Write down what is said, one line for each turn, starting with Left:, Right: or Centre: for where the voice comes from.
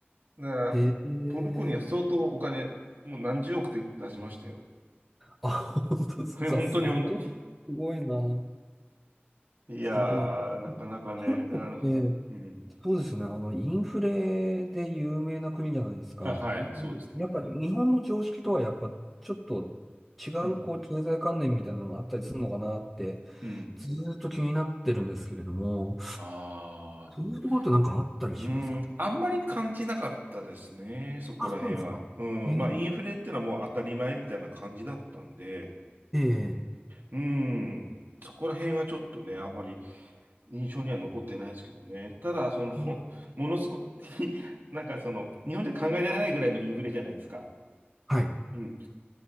Right: う。だから、
Centre: へえ。
Right: トルコには相当お金、もう何十億って出しましたよ。
Centre: あ、本当ですか。
Right: <laughs> 本当に本当に。
Centre: すごい。すごいな。
Right: いや
Centre: すごい。
Right: ー、なかなかね、
Centre: トルコって、
Right: あの、うん。
Centre: そうですね。あの、インフレで有名な国じゃないですか。
Right: あ、はい、
Centre: うんやっぱり日本の常識とはやっぱちょっと
Right: そうですね。
Centre: 違うこう経済観念みたいなのがあったりするのかなって
Right: うん。うん。
Centre: ずーっと気になってるんですけれども、
Right: ああ、
Centre: そういうところってなんかあったりしますか
Right: うーん、あんまり感じなかったですね、そこら辺は。
Centre: あ、そうですか。
Right: うん、
Centre: ええ
Right: まあ、インフレってのはもう当たり前みたいな感じだったんで、
Centre: ええ
Right: うん、そこら辺はちょっとね、あんまり印象には残ってないですけどね。ただ、その、
Centre: うん
Right: <laughs> ものすごい <laughs> なんかその、日本じゃ考えられないぐらいのインフレじゃないですか。
Centre: はい。
Right: うん。